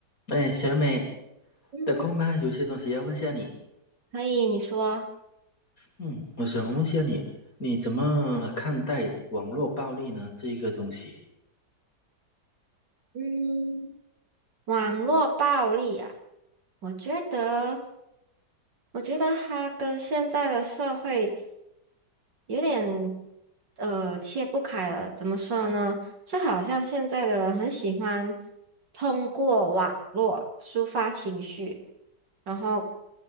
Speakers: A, on the left (about 50°); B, on the right (about 85°).
A: 哎，小美，
B: 嗯，
A: 得空吗？有些东西要问下你。
B: 可以，你说，
A: 嗯，我想问下你，你怎么看待网络暴力呢？这一个东西，
B: 嗯，网络暴力啊，我觉得，我觉得它跟现在的社会有点呃切不开了。怎么说呢？就好像现在的人很喜欢通过网络抒发情绪，然后